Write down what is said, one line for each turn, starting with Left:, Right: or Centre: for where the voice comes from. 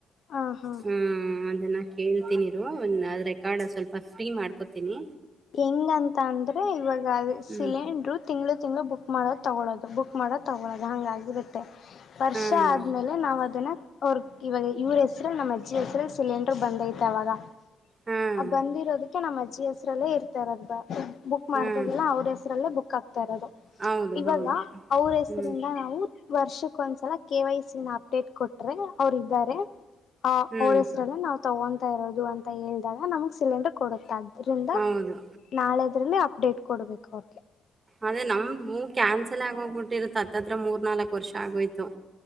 Left: ಹಾ ಹಾ
Right: ಹ್ಮ ಅದನ್ನ ಕೇಳ್ತಿನಿರು ಅದ ರೆಕಾರ್ಡ್ ಸ್ವಲ್ಪ. ಫ್ರೀ ಮಾಡ್ಕೊತೀನಿ.
Left: ಹೆಂಗಂತ ಅಂದ್ರೆ ಇವಾಗ ಅದ
Right: ಹ್ಮ್
Left: ಸಿಲಿಂಡ್ರು ತಿಂಗ್ಳ ತಿಂಗ್ಳ ಬುಕ್ ಮಾಡೋದು ತಗಳೋದು ಬುಕ್. ಮಾಡೋದ ತಗೊಳದು ಹಂಗಾಗಿರುತ್ತೆ ವರ್ಷಾ
Right: ಹಾಂ
Left: ಆದ್ಮೇಲೆ ನಾವ್ ಅದನ್ನ ಅವರ್. ಇವಾಗ ಇವ್ರ ಹೆಸ್ರಲ್ಲಿ ನಮ್ಮ ಅಜ್ಜಿ ಹೆಸ್ರಲ್ಲಿ ಸಿಲಿಂಡ್ರ ಬಂದೈತೆ ಅವಾಗ
Right: ಹಾಂ
Left: ಆ ಬಂದಿರೋದಕ್ಕ. ಕೆ ನಮ್ಮ ಅಜ್ಜಿ ಹೆಸರಲ್ಲೇ ಇರ್ತರೋದ ಬ ಬುಕ್ ಮಾಡ್ದಾಗೆಲ್ಲ
Right: ಹಾಂ
Left: ಅವ್ರ ಹೆಸ್ರಲ್ಲೇ ಬುಕ್ ಆಗ್ತಾ ಇರೋದು.
Right: ಹೌದು
Left: ಇವಾಗ
Right: ಹೌದು
Left: ಅವ್ರ ಹೆಸರಿಂದ
Right: ಹ್ಞೂ
Left: ನಾವು ವರ್ಷಕ್ ಒಂದ್ಸಲ ಕೆ ವೈ ಸಿ ನ ಅಪ್ಡೇಟ್. ಕೊಟ್ರೆ ಅವ್ರ ಇದ್ದಾರೆ ಆ
Right: ಹ್ಞೂ
Left: ಅವ್ರ ಹೆಸರಲ್ಲೇ ನಾವ ತಗೊ. ತಾ ಇರೋದು ಅಂತ ಹೇಳಿದಾಗ ನಮಗ್ ಸಿಲಿಂಡರ್ ಕೊಡುತ್. ದ್ರಿಂದಾ
Right: ಹೌದು
Left: ನಾಳೆದ್ರಲ್ಲಿ ಅಪ್ಡೇಟ್ ಕೊಡ್ಬೇಕ ಅವ್ರ.
Right: ಅದೇ ನಮ್ದ್ ವು ಕ್ಯಾನ್ಸಲ್ ಆಗೋಗ್ಬಿಟ್ಟಿರುತ್ತ ಹತ್ತತ್ರ ಮೂರ್ ನಾಲ್ಕಕ್ ವರ್ಷ ಆಗೋಯ್ತು.